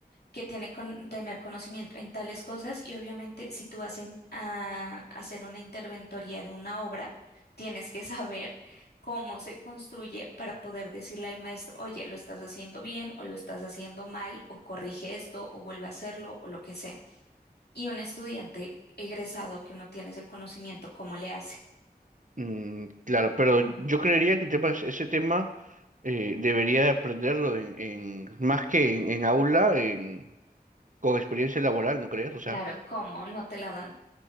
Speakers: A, on the left; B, on the right.
A: que tiene que tener conocimiento en tales cosas y obviamente si tú vas en- a hacer una interventoría de una obra, tienes que <laughs> saber cómo se construye para poder decirle al maestro, oye, lo estás haciendo bien o lo estás haciendo mal o corrige esto o vuelve a hacerlo o lo que sea. Y un estudiante egresado que no tiene ese conocimiento, ¿cómo le hace?
B: mm, claro, pero yo creería que el tema, es- ese tema eh, debería de aprenderlo en, en- más que en, en aula, en, con experiencia laboral, ¿no crees? O sea,
A: Claro, ¿cómo? No te la dan.